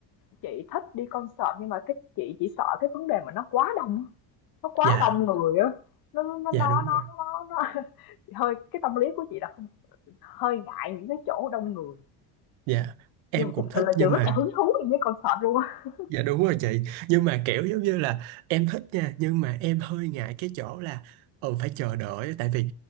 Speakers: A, on the left (about 50°); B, on the right (about 80°).
A: chị thích đi concert nhưng mà cái chị chỉ sợ cái vấn đề mà nó quá đông, nó quá
B: dạ
A: đông người á. Nó nó nó
B: dạ
A: nó
B: đúng
A: nó,
B: rồi
A: nó Hơi cái tâm lý của chị là không hơi ngại những cái chỗ đông người,
B: dạ em
A: nhưng mà
B: cũng
A: thực
B: thích
A: sự là
B: nhưng
A: chị rất
B: mà
A: là hứng thú đi với concert luôn á.
B: Dạ đúng rồi chị Nhưng mà kiểu giống như là Em thích nha Nhưng mà em hơi ngại cái chỗ là Ừ phải chờ đợi Tại vì